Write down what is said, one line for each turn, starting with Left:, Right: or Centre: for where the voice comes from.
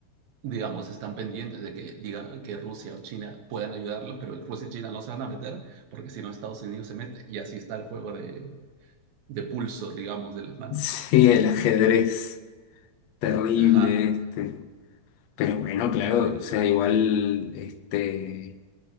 Right: digamos, están pendientes de que diga que Rusia o China puedan ayudarlos, pero Rusia y China no se van a meter porque si no Estados Unidos se mete y así está el juego de, de pulsos, digamos, de
Left: <laughs>
Right: las manos.
Left: Sí, el ajedrez, terrible
Right: Ajá,
Left: este. Pero bueno, claro,
Right: terrible.
Left: o sea, igual este,